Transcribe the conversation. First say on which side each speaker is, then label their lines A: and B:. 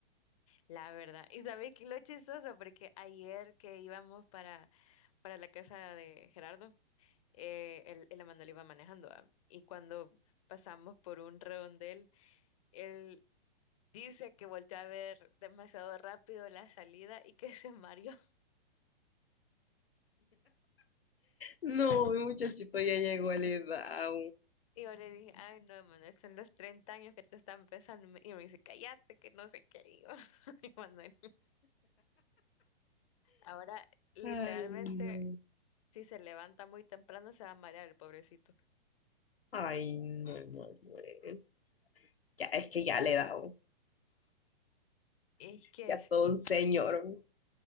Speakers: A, on the left; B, on the left.
A: La verdad. Y sabes que lo chistoso, porque ayer que íbamos para, para la casa de Gerardo, eh, el, el Emanuel iba manejando, ah, Y cuando pasamos por un redondel, él dice que volteó a ver demasiado rápido la salida y que se mareó.
B: No, mi muchachito ya llegó a la edad.
A: Y yo le dije, ay, no, Manuel, son los 30 años que te están pesando. Y me y me dice, cállate, que no sé qué. Y yo, <laughs> "Ay, Manuel, ahora literalmente,
B: Ay, no.
A: si se levanta muy temprano, se va a marear el pobrecito.
B: Ay, no, Manuel. Ya, es que ya le he dado.
A: Y es que,
B: ya todo un señor.